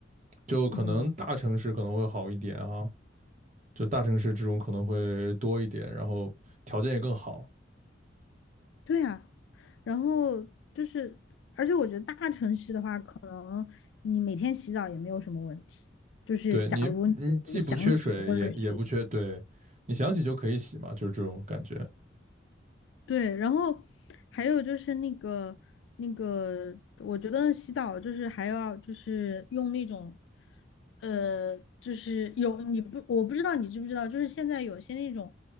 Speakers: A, on the right (about 40°); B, on the left (about 70°).
A: 就可能大城市可能会好一点啊，
B: 嗯。
A: 就大城市这种可能会多一点，然后条件也更好。
B: 对啊，然后就是，而且我觉得大城市的话，可能你每天洗澡也没有什么问题。就是假如你想洗，
A: 对你，你既不缺水，
B: 或者是
A: 也也不缺，对你想洗就可以洗嘛，就是这种感觉。
B: 对，然后还有就是那个那个，我觉得洗澡就是还要就是用那种，呃，就是有你不我不知道你知不知道，就是现在有些那种